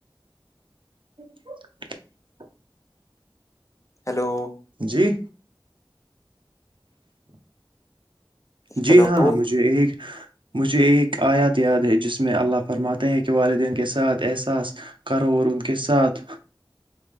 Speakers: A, on the right; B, on the left.
A: ج <inaudible>
B: ہیلو
A: جی جی
B: ہیلو
A: ہاں
B: ہیلو
A: مجھے ایک مجھے ایک آیات یاد ہے جس میں اللہ فرماتے ہیں کہ والدین کے ساتھ احساس کرو اور ان کے ساتھ